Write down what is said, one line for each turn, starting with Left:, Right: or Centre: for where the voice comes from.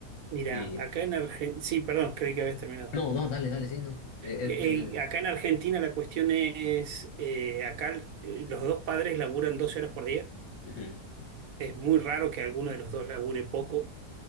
Right: Mira,
Left: Y
Right: acá en Argentina, sí, perdón, creí que habías terminado.
Left: no, no, dale, dale, sí, no. Eh,
Right: Que,
Left: eh, termina.
Right: eh, acá en Argentina la cuestión es, eh, acá eh, los dos padres laburan 12 horas por día.
Left: Ujú,
Right: Es muy raro que alguno de los dos labure poco.